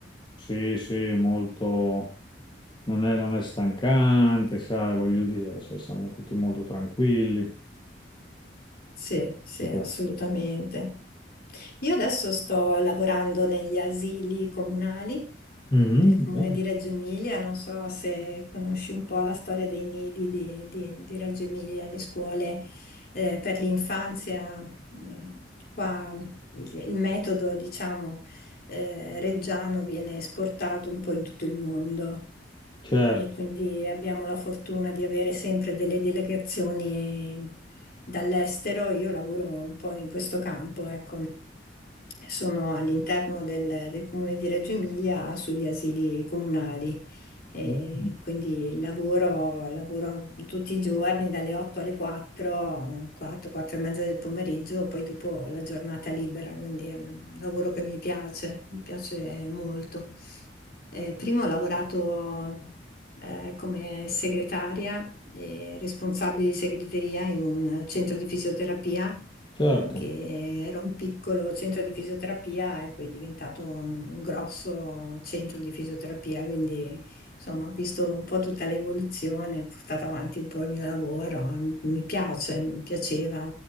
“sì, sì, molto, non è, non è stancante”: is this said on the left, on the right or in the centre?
Left